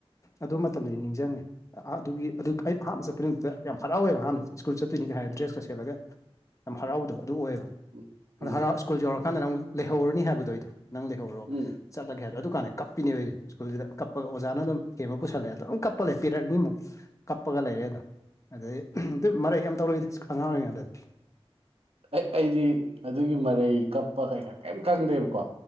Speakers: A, on the left (about 30°); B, on the right (about 70°).
A: ꯑꯗꯨ ꯃꯇꯝꯗꯗꯤ ꯅꯤꯡꯁꯤꯡꯉꯦ ꯑꯗꯨꯒꯤ ꯑꯗꯨ ꯑꯩ ꯑꯍꯥꯟꯕ ꯆꯠꯄ ꯅꯨꯃꯤꯛꯇ ꯌꯥꯝ ꯍꯔꯥꯎꯋꯦꯕ ꯑꯍꯥꯟꯕꯁ ꯁ꯭ꯀꯨꯜ ꯆꯠꯇꯣꯏꯅꯤꯒ ꯍꯥꯏꯔ
B: ꯎꯝ
A: ꯗ꯭ꯔꯦꯁꯀ ꯁꯦꯠꯂꯒ ꯌꯥꯝ ꯍꯔꯥꯎꯗꯣ ꯑꯗꯨ ꯑꯣꯏꯌꯦꯕ
B: ꯎꯝ ꯎꯝ
A: ꯑꯗꯣ ꯍꯔꯥꯎ ꯁ꯭ꯀꯨꯜ ꯌꯧꯔꯛ ꯀꯥꯟꯗ ꯅꯪ ꯂꯩꯍꯧꯔꯅꯤ ꯍꯥꯏꯕꯗꯣ ꯑꯩꯗꯣ ꯅꯪ ꯂꯩꯍꯧꯔꯣ
B: ꯎꯝ
A: ꯆꯠꯂꯒꯦꯕꯗꯣ ꯑꯗꯨ ꯀꯥꯟꯗ ꯀꯞꯄꯤꯅꯦꯕꯣꯏ ꯁ꯭ꯀꯨꯜꯁꯤꯗ ꯀꯞꯄꯒ ꯑꯣꯖꯥꯅ ꯑꯗꯨꯝ ꯊꯦꯝꯕ ꯄꯨꯁꯜꯂꯦ ꯑꯗꯣ ꯑꯗꯨꯝ ꯀꯞꯄ ꯂꯩꯦ ꯄꯤꯔꯛꯅꯤꯃꯨꯛ ꯀꯞꯄꯒ ꯂꯩꯔꯦ ꯑꯗꯣ ꯑꯗꯩ ꯑꯗꯨ ꯃꯔꯦꯛ ꯌꯥꯝ ꯇꯧꯔꯏꯗꯤ ꯈꯪꯉꯥꯡ ꯑꯣꯏꯔꯤꯀꯥꯟꯗꯗꯤ
B: ꯑꯩ ꯑꯩꯗꯤ ꯑꯗꯨꯒꯤ ꯃꯔꯩ ꯀꯞꯄ ꯀꯩꯀꯥ ꯀꯩꯝ ꯈꯪꯗꯦꯕꯀꯣ